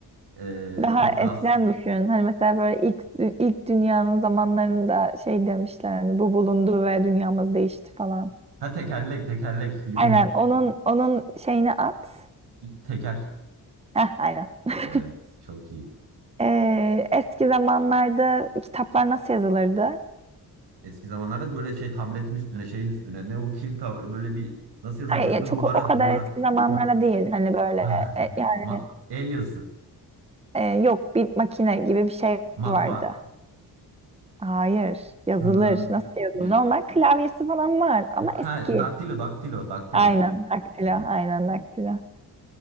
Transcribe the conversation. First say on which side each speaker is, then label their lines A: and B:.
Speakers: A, on the right; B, on the right.
A: e,
B: Daha
A: gaz.
B: eskiden düşün. Hani mesela böyle ilk dü- ilk dünyanın zamanlarında şey demişler hani bu bulundu ve dünyamız değişti falan.
A: Ha tekerlek tekerlek. <laughs>
B: Aynen onun onun şeyini at.
A: Teker.
B: Heh, aynen. <laughs>
A: Evet çok iyi.
B: Ee, eski zamanlarda kitaplar nasıl yazılırdı?
A: Eski zamanlarda böyle şey tabletin üstüne şeyin üstüne ne o kil ta- böyle bir nasıl yazılırdı
B: Hayır, ya çok
A: duvara
B: o kadar
A: duvara.
B: eski zamanlarda
A: Ho. <laughs>
B: değil. Hani böyle
A: Ha.
B: e, yani
A: Ma- el yazısı.
B: e, yok bir makine gibi bir şey
A: Matbaa.
B: vardı. Hayır, yazılır.
A: Hmm.
B: Nasıl yazılır?
A: Ya-
B: Normal klavyesi falan var ama eski.
A: Ha, daktilo daktilo daktilo.
B: Aynen, daktilo,
A: Evet.
B: aynen daktilo.